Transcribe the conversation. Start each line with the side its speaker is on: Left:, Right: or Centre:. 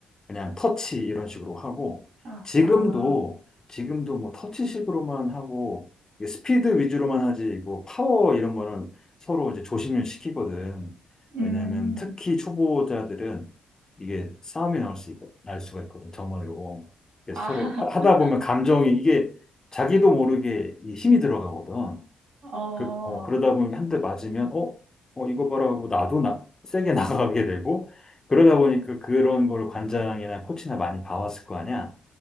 Left: 그냥 터치 이런 식으로 하고
Right: 아,
Left: 지금도
Right: 아.
Left: 지금도 뭐 터치식으로만 하고 이게 스피드 위주로만 하지 뭐 파워 이런 거는 서로 이제 조심을 시키거든.
Right: 음.
Left: 왜냐하면 특히 초보자들은 이게 싸움이 나올 수 있고 날 수가 있거든 정말로. 그래서
Right: 아,
Left: 서로 하- 하다
Right: <laughs>
Left: 보면 감정이 이게 자기도 모르게 이 힘이 들어가거든.
Right: 어,
Left: 그, 어, 그러다 보니 한 대 맞으면, 어, 어, 이거 봐라 하고 나도 나, 세게 <laughs> 나가게 되고, 그러다 보니까 그런 거를 관장이나 코치나 많이 봐왔을 거 아니야.